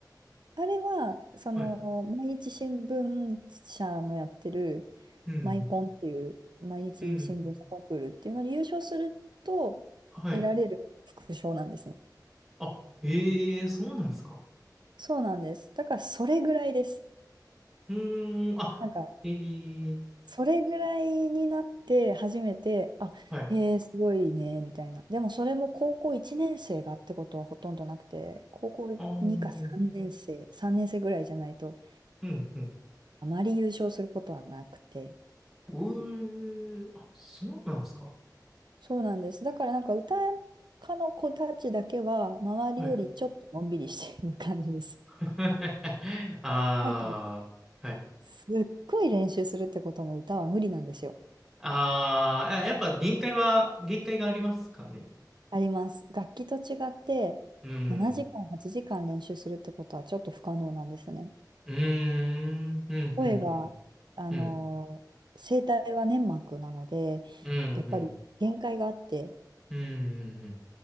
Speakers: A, on the right; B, in the centre.
A: あれは、その、
B: はい。
A: 毎日新聞社のやってる、
B: うん
A: マイコンっていう、毎日新聞社コンクールっていうのに優勝すると、
B: うん。うん。はい。
A: 得られる副賞なんですね。
B: あ、ええそうなんですか。
A: そうなんです。だから、それぐらいです。
B: うーん、あ、
A: なんか、
B: えええ
A: それぐらいになって初めて、あ、
B: はい。
A: へえー、すごいね、みたいな。でもそれも高校1年生がってことはほとんどなくて、高校2か3年生、
B: ああ、うん、
A: 3年生ぐらいじゃないと、
B: うん。
A: あまり優勝することはなくて。
B: うー、あ、そうなんですか。
A: そうなんです。だからなんか歌家の子たちだけは、周りよりちょっとのんびりしている感じです。
B: はい。<laughs> ああ、
A: なんか、
B: はい。
A: すっごい練習するってことも歌は無理なんですよ。
B: ああ、ややっぱ限界は、限界がありますかね。
A: あります。楽器と違って7時間、
B: うん。
A: 8時間練習するってことはちょっと不可能なんですね。
B: うーん、うん、
A: 声が、
B: うん、
A: あの声帯は粘膜なので、
B: うん。うん、うん、うん、
A: やっぱり限界があって、
B: うん、うん。うん